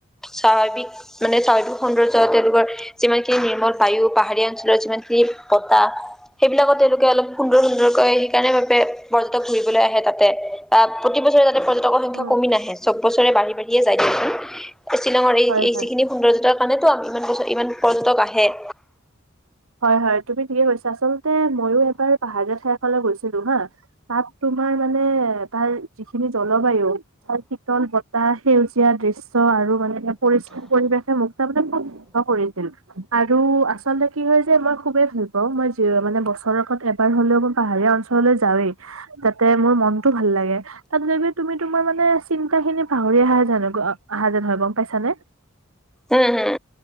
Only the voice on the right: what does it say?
উম,
হয়,
হয়।
হয় হয় তুমি ঠিকে কৈছা। আচলতে মইও এবাৰ পাহাৰীয়া ঠাইখনলৈ গৈছিলোঁ হা তাত তোমাৰ মানে তাৰ যিখিনি জলবায়ু তাৰ শীতল বতাহ সেউজীয়া দৃশ্য আৰু মানে পৰিষ্কাৰ পৰিৱেশে মোক তাৰমানে খুব <unintelligible> আৰু আচলতে কি হয় যে মই খুবেই ভাল পাওঁ, মই যি মানে বছৰ আগত এবাৰ হ'লেও মই পাহাৰীয়া অঞ্চললৈ যাওঁৱেই। তাতে মোৰ মনটো ভাল লাগে। তাতে যাই তুমি তোমাৰ মানে চিন্তাখিনি পাহৰি অহা যেন অহা যেন হয় গম পাইছানে।